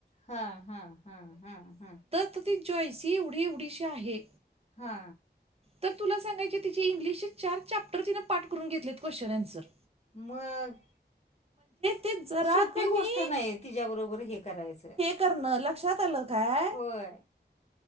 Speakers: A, on the left; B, on the right.
A: हा हा हा हा हा.
B: आ ती जॉयसी एवढी एवढीशी आहे.
A: हा.
B: तर तुला सांगायचे तिचे इंग्लिश चार चॅप्टर तिनें पाठ करून घेतलेत क्वेश्चन अन्सर.
A: मग.
B: ते जरा
A: सोपी
B: कमी
A: गोष्ट नाही तिच्या बरोबर हे करायचं?
B: करण लक्षात आलं काय?
A: होय.